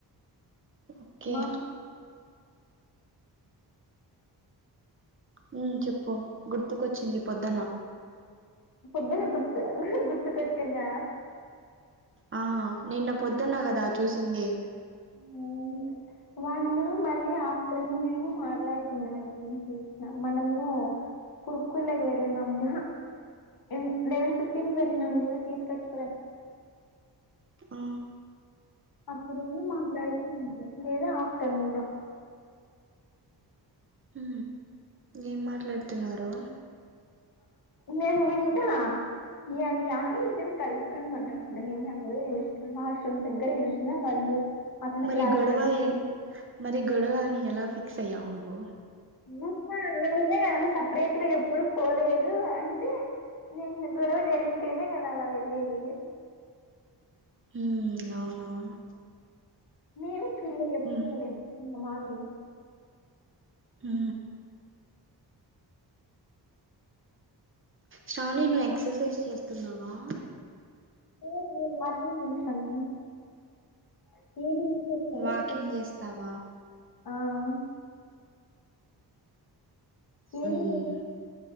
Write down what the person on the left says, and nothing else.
మా
పుద్దుని గుర్తు గుర్తు కొచ్చిందా
అవును వాళ్ళు మళ్ళీ ఆఫ్టర్నూన్ ఏమో మాట్లాడుతున్నారు నేను చూసిన మనము <unintelligible> లవెన్ ఫిఫ్టీన్ వెళ్లిమ్ తీసుకొచ్చుకోడ
అప్పుడే మాట్లాడుత <unintelligible> ఆఫ్టర్ర్నూను
నేను వింట ఇళ ఎడో ఇద్దరు కలుసుకని మన నేనుడో చూసినా వాష్రూమ్ దగ్గర చూసిన వాళ్ళు అట్లా
క్లాస్
దగ్గర
<unintelligible> సపరేట్గా ఎప్పుడు పోలేదు అంటే <unintelligible> గొడవ జరిగితేేనే కదా అల వెళ్ళేది
నేను <unintelligible>
<unintelligible> ఆ
<unintelligible>
ఏమి